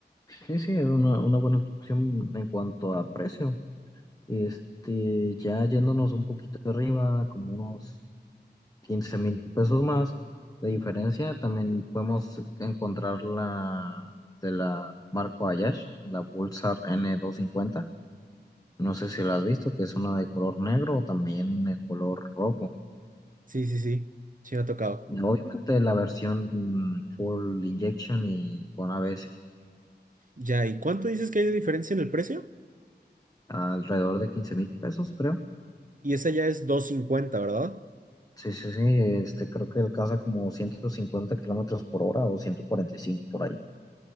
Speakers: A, on the left; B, on the right.
A: Sí, sí, es una, una buena opción en cuanto a precio. Este, ya yéndonos un poquito arriba, como unos quince mil pesos más de diferencia. También podemos encontrar la de la marca Bayash, la Pulsar n doscientos cincuenta No sé si la has visto, que es una de color negro o también en color rojo.
B: Sí, sí, sí, sí me ha tocado.
A: Y Obviamente la versión mm, full injection y con ABS,
B: Ya, ¿y cuánto dices que hay de diferencia en el precio?
A: alrededor de quince mil pesos, creo.
B: Y esa ya es dos cincuenta, ¿verdad?
A: Sí, sí, sí, este, creo que alcanza como 150 kilómetros por hora o 145 por ahí.